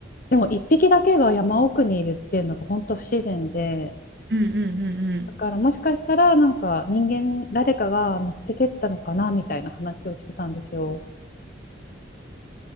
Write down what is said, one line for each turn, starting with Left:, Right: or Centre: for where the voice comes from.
Left: うでも一匹だけが山奥にいるっていうのが本当不自然で
Right: うんうんうんうん。
Left: だからもしかしたらなんか人間誰かがまあ捨ててったのかなみたいな話をしてたんですよ。